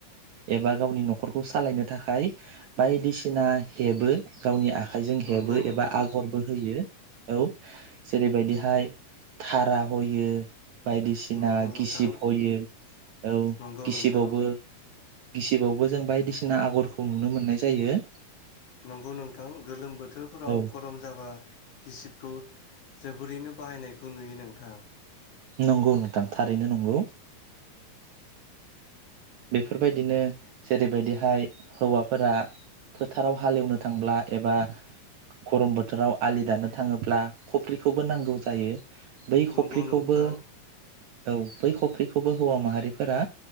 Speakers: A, on the right; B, on the left.
A: एबा गावनि न'खरखौ सालायनो थाखाय बायदिसिना हेबो गावनि आ आखाइजों हेबो
B: नंगौ नोंथां
A: एबा आगरबो होयो औ जेरैबायदिहाय धारा होयो बायदिसिना
B: नंगौ नोंथां
A: गिसिब हयो औ
B: नंगौ
A: गिसिबावबो
B: नोंथां
A: गिसिबावबो जों बायदिसिना आगरखौ नुनो मोननाय जायो
B: नंगौ नोंथां गोलोम बोथ बोथोरफोराव
A: औ
B: गरम जाबा गिसिबखौ जोबोरैनो बाहायनायखौ नुयो नोंथां
A: नंगौ नोंथां थारैनो नंगौ बेफोरबायदिनो जेरैबायदिहाय हौवाफोरा फोथाराव हालेवनो थांब्ला एबा गरम बोथोराव आलि दानो थाङोब्ला खफ्रिखौबो नांगौ जायो बै खफ्रिखौबो
B: नंगौ नोंथां
A: औ बै खफ्रिखौबो हौवा माहारिफोरा